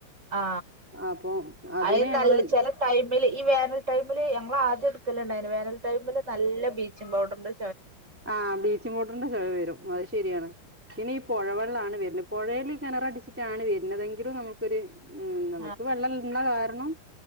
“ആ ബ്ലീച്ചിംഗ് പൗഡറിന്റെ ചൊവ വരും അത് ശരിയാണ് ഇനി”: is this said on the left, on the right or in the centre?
Centre